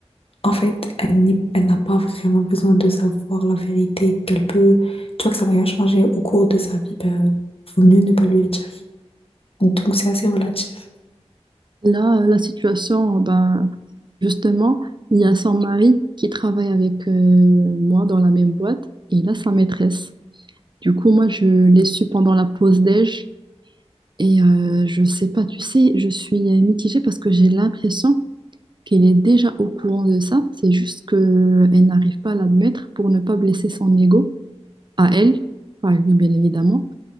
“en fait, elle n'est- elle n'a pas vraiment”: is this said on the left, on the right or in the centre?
Left